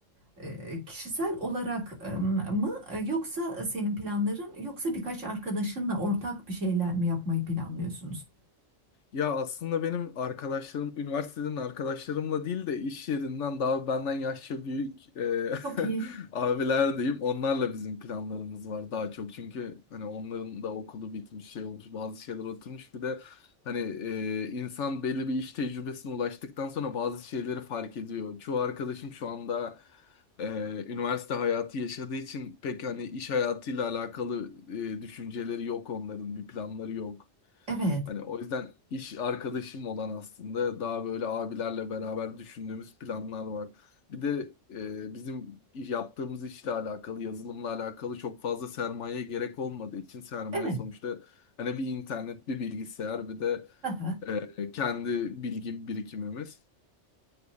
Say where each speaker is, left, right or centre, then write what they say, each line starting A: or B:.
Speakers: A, on the right (about 75°); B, on the left (about 70°).
A: e, kişisel olarak e, mı e, yoksa senin planların yoksa birkaç arkadaşınla ortak bir şeyler mi yapmayı planlıyorsunuz?
B: Ya aslında benim arkadaşlarım, üniversiteden arkadaşlarımla değil de iş yerinden daha benden yaşça büyük e,
A: Çok iyi.
B: <laughs> abiler diyeyim. Onlarla bizim planlarımız var daha çok. Çünkü hani onların da okulu bitmiş şey olmuş, bazı şeyler oturmuş. Bir de hani e, insan belli bir iş tecrübesine ulaştıktan sonra bazı şeyleri fark ediyor. Çoğu arkadaşım şu anda e, üniversite hayatı yaşadığı için pek hani iş hayatıyla alakalı e, düşünceleri yok onların, bir planları yok.
A: Evet.
B: Hani o yüzden iş arkadaşım olan aslında daha böyle abilerle beraber düşündüğümüz planlar var. Bir de e, bizim yaptığımız işle alakalı, yazılımla alakalı çok fazla sermaye gerek olmadığı için sermaye
A: Evet.
B: sonuçta hani bir internet, bir bilgisayar, bir de
A: Aha,
B: e, kendi bilgi birikimimiz.